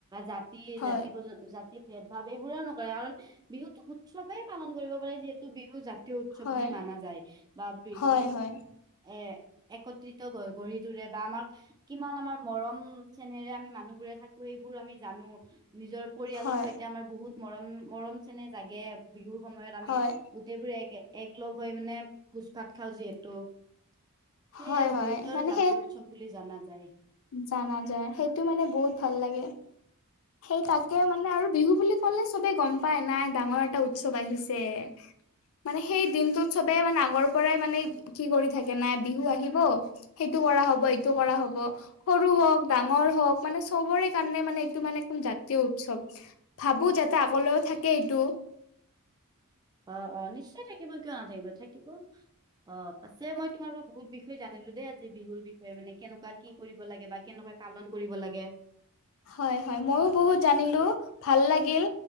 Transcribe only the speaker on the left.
হয়
হয়
হয় হয়
হয়
হয়
হয়
হয়
মানে
সেই
জানা যায় সেইটো মানে বহুত ভাল লাগে। সেই তাকে মানে আৰু বিহু বুলি কলে চবে গম পাই নাই ডাঙৰ এটা উৎসৱ আহিছে। মানে সেই দিনটোত সবেই মানে আগৰ পৰাই মানে কি কৰি থাকে নাই বিহু আহিব। সেইটো কৰা হ'ব, এইটো কৰা হ'ব। সৰু হওক ডাঙৰ হওক মানে চবৰে কাৰণে মানে এইটো মানে তোম জাতীয় উৎসৱ ভাবো যাতে আগলৈও থাকে এইটো।
হয় হয় ময়ো বহুত জানিলো ভাল লাগিল।